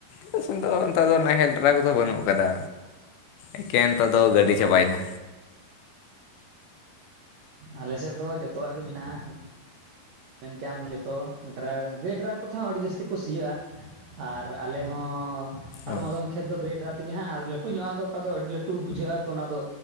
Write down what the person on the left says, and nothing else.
ᱟᱞᱮᱥᱮᱫ ᱫᱚ ᱱᱮᱛᱟᱨ ᱫᱚ ᱱᱟᱦᱮᱞ ᱰᱨᱟ ᱫᱚ ᱵᱟᱹᱱᱩᱜ ᱠᱟᱫᱟ ᱮᱠᱮᱱ ᱱᱤᱛᱟᱨ ᱫᱚ ᱜᱟᱹᱰᱤ ᱪᱟᱵᱟᱭᱮᱱᱟ᱾
ᱚ